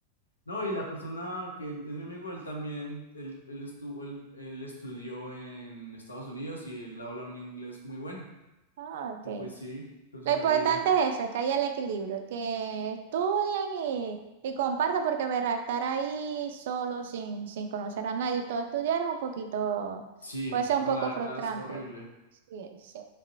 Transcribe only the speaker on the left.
No, y la persona que es mi amigo, él también, él, él estuvo, él, él estudió en Estados Unidos y él habla un inglés muy bueno.
Y pues sí, entonces
ahí,
sí,
no,
la verdad
es horrible.